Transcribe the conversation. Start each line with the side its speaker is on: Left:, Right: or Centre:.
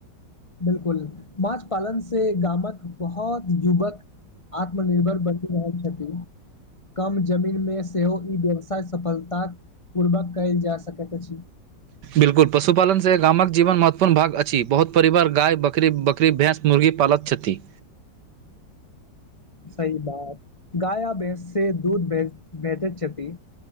Left: बिलकुल माछ पालन से गामक बहुत जुवक आत्मनिर्भर बनि रहलै छथिन कम जमीनमे सेहो ई व्यवसाय सफलता पूर्वक कयल जा सकैत अछि।
Right: बिल्कुल पशुपालन से गामक जीवन महत्वपूर्ण भाग अछि बहुत परिवार गाय बकरी बक बकरी भैंस मुर्गी पालत छथि।
Left: सही बात गाय या भैंस से दूध भ भजैत छथि